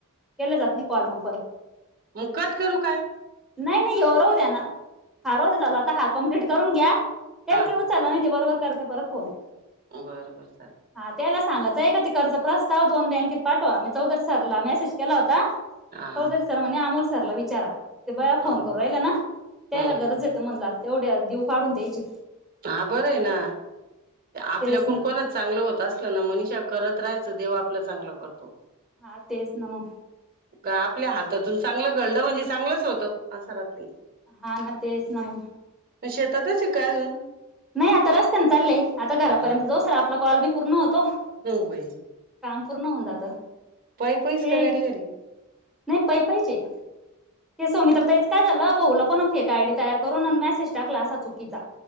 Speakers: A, in the centre; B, on the right.
A: केला जात नाही कॉल मग परत.
B: मग कट करू काय
A: <inaudible> नाही नाही, ह्यो राहू दया ना. हा राहुदया चालू आता. हा कमप्लीट करून घ्या. थँक्यू
B: हा
A: उचला नाही ते बरोबर करता परत फोन.
B: बर बर चालल
A: हा त्याला सांगायचा की, ते कर्ज प्रस्ताव दोन बँकेत पाठवा. मी चौधरी सरला मेसेज केला होता.
B: हा
A: चौधरी
B: हा
A: सर म्हणे अमोल सरला विचारा. ते बया फोन
B: हो
A: करू राहिला ना, त्यायला
B: हम्म
A: गरज
B: हम्म
A: ये म्हणला आता तेवढ्या दिउ काढून त्यांचे
B: हा बरं ये ना. आपल्याकून
A: तेच ना
B: कोणाच चांगलं होत असलं ना, मनिषा करत राहायचं. देव आपलं चांगलं करतो.
A: हा तेच ना मग.
B: का आपल्या हातातून चांगलं घडलं म्हणजे चांगलंच होतं. असं राहत ते.
A: हा ना तेच ना मग.
B: शेतातच आहे काय अजून?
A: नाही आता रस्त्यानं चाललेय. आता घरापर्यंत
B: हा
A: जाऊसत आपला कॉल बी पूर्ण होतो. <inaudible>
B: हो बाई
A: काम पूर्ण होऊन जात. <inaudible>
B: पायी पायीच
A: हम्म,
B: का गाडीवर आहे
A: नाही पायी पायीचे. - ते सुमित्राताईच काय झालं? बहूला कोण फेक आयडी तयार करून मेसेज टाकला असा चुकीचा.